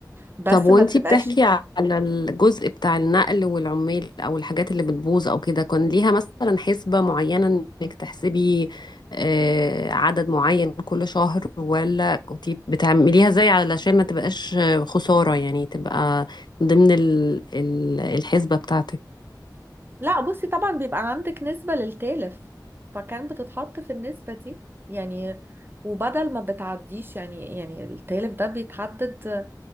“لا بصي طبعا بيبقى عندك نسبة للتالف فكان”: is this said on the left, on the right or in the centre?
Right